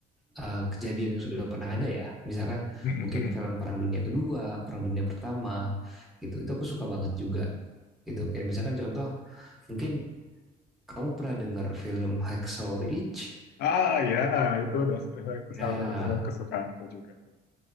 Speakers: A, in the centre; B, on the left.
A: uh, kejadian yang sudah pernah ada ya. Misalkan
B: Hmm,
A: mungkin
B: hmm, hmm.
A: film Perang Dunia Kedua, Perang Dunia Pertama gitu. Itu aku suka banget juga gitu. Kayak misalkan contoh mungkin kamu pernah dengar film Hacksaw Ridge?
B: Ah ya, ah, itu udah eh, itu
A: Nah,
B: salah satu film kesukaanku juga tuh.